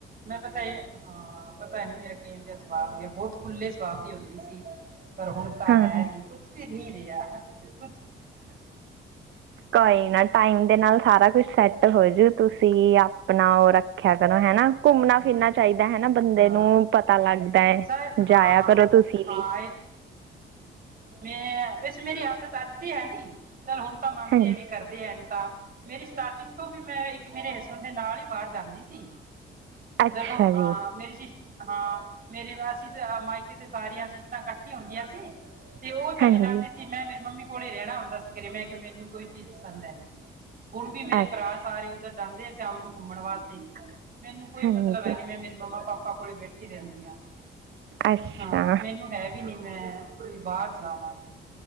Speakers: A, on the right; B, on the right.
A: ਮੈਂ ਪੱਤਾ ਹੀ ਹਾਂ ਪਤਾ ਨੀ ਮੇਰਾ ਕਿ ਜਿਹਾ ਸੁਭਾਅ ਹੋ ਗਿਆ ਬਹੁੱਤ ਖੁੱਲੇ ਸੁਭਾਅ ਦੀ ਹੁੰਦੀ ਸੀ ਪਰ ਹੁਣ ਤਾਂ
B: ਹਾਂ
A: ਹੈ ਨਹੀਂ ਕੁਛ ਵੀ ਨਹੀਂ ਰਹੇ <unintelligible>
B: ਕੋਈ ਨਾ ਟਾਈਮ ਦੇ ਨਾਲ ਸਾਰਾ ਕੁਛ ਸੈੱਟ ਹੋਜੂ ਤੁਸੀਂ ਆਪਣਾ ਉਹ ਰੱਖਿਆ ਕਰੋ ਹਨਾ ਘੁੰਮਣਾ
A: ਹਾਂ
B: ਫਿਰਨਾ ਚਾਹੀਦਾ ਹਨਾ ਬੰਦੇ
A: ਹਾਂ
B: ਨੂੰ ਪਤਾ ਲੱਗਦਾ ਹੈ
A: ਸਰ ਹਾਂ
B: ਜਾਇਆ ਕਰੋ ਤੁਸੀਂ
A: ਹਾਂ
B: ਵੀ
A: ਇਹ ਮੈਂ ਵੈਸੇ ਮੇਰੀ ਆਦੱਤ ਅੱਜ ਦੀ ਹੈ ਨਹੀਂ ਚੱਲ ਹੁਣ ਤਾਂ ਮੰਨਦੇ
B: ਹਾਂਜੀ
A: ਆ ਵੀ ਕਰਦੇ ਹੈ ਨੀ ਮੇਰੀ ਸਟਾਰਟਿੰਗ ਤੋਂ ਵੀ ਮੈਂ ਇੱਕ ਮੇਰੇ ਹਸਣ ਦੇ ਨਾਲ ਹੀ ਬਾਹਰ ਜਾਂਦੀ ਸੀ
B: ਅੱਛਾ
A: ਜਦੋਂ
B: ਜੀ
A: ਅਹ ਮੇਰੀ ਸ਼ ਹਾਂ ਮੇਰੇ ਅਸੀਂ ਮਾਇਕੇ ਤੇ ਸਾਰੀਆਂ ਸਿਸਟਾਂ ਇਕੱਠੀ ਹੁੰਦੀਆ ਸੀ। ਤੇ ਉਹ ਚਲੀ
B: ਹਾਂਜੀ
A: ਜਾਂਦੀ ਸੀ ਮੈਂ ਮੇਰੀ ਮੰਮੀ ਕੋਲੇ ਰਹਿਣਾ ਹੁੰਦਾ ਸੀ ਘਰੇ ਮੈਂ ਕਿ ਮੈਨੂੰ ਕੋਈ ਚੀਜ਼ ਪਸੰਦ ਹੈ। ਹੁਣ ਵੀ ਮੇਰੇ
B: ਅੱਛਾ
A: ਭਰਾ ਸਾਰੇ ਉੱਧਰ ਜਾਂਦੇ ਆ। ਸ਼ਾਮ ਨੂੰ ਘੁੰਮਣ ਵਾਸਤੇ। ਮੈਨੂੰ ਕੋਈ
B: ਹਾਂਜੀ
A: ਮਤਲਬ ਹੈ ਨੀ ਮੈਂ ਮੇਰੇ ਮੰਮਾ ਪਾਪਾ ਪਾਪਾ ਕੋਲੇ ਬੈਠੀ ਰਹਿੰਦੀ ਆ।
B: ਅੱਛਾ
A: ਹਾਂ, ਮੈਨੂੰ ਹੈ ਵੀ ਨੀ ਮੈਂ ਬਾਹਰ ਜਾਵਾਂ,